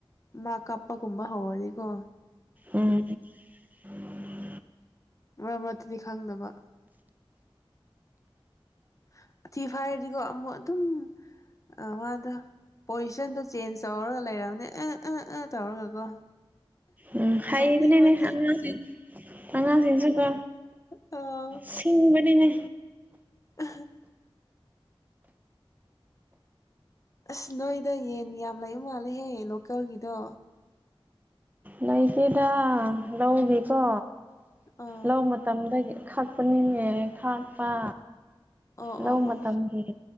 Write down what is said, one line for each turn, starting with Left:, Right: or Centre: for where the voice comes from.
Left: ꯃꯥ ꯀꯥꯞꯄꯒꯨꯝꯕ ꯍꯧꯔꯅꯤꯀꯣ
Right: <unintelligible>
Left: ꯑꯣ ꯃꯇꯨꯗꯤ ꯈꯪꯗꯕ <unintelligible> ꯐꯥꯏꯔꯗꯤꯀꯣ ꯑꯃꯨꯛ ꯑꯗꯨꯝ ꯑꯥ ꯋꯥꯗꯣ ꯄꯣꯖꯤꯁꯟꯗꯣ ꯆꯦꯟꯖ ꯇꯧꯔꯒ ꯂꯩꯔꯝꯅꯦ ꯑ ꯑ ꯑ ꯇꯧꯔꯒꯀꯣ
Right: ꯎꯝ ꯍꯥꯏꯕꯅꯦꯅꯦ
Left: ꯅꯣꯛꯅꯤꯡꯕꯅꯦ
Right: ꯑꯉꯥꯡꯁꯤꯡ ꯑꯉꯥꯡꯁꯤꯡꯁꯨ ꯀꯣ
Left: ꯑꯣ
Right: ꯁꯤꯡꯕꯅꯤꯅꯦ
Left: ꯑꯍꯥ ꯑꯁ ꯅꯣꯏꯗ ꯌꯦꯟ ꯌꯥꯝ ꯂꯩ ꯃꯥꯜꯂꯦꯍꯦ ꯂꯣꯀꯦꯜꯒꯤꯗꯣ
Right: ꯂꯩꯇꯦꯗ ꯂꯧꯒꯤꯀꯣ
Left: ꯑꯥ
Right: ꯂꯧ ꯃꯇꯝꯗꯒꯤ ꯈꯛ ꯄꯅꯤꯅꯦ ꯈꯥꯛꯄ
Left: ꯑꯣ
Right: ꯂꯧ
Left: ꯑꯣ
Right: ꯃꯇꯝꯒꯤ
Left: ꯑꯣ